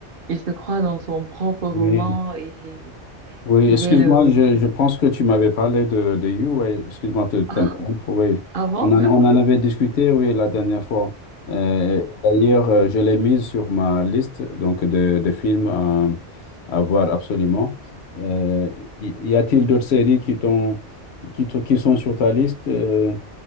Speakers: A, on the right; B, on the left.
A: Il se croit dans son propre roman
B: oui.
A: et
B: Oui,
A: il
B: excuse-moi,
A: est le.
B: je, je pense que tu m'avais parlé de, de You, ouais, excuse-moi de t'interrompre,
A: Ah,
B: oui.
A: avant?
B: On en, on en avait discuté, oui, la dernière fois. Euh, d'ailleurs, euh, je l'ai mise sur ma liste donc de, de films à, à voir absolument. Euh, y y a-t-il d'autres séries qui t'ont, qui, te- qui sont sur ta liste euh,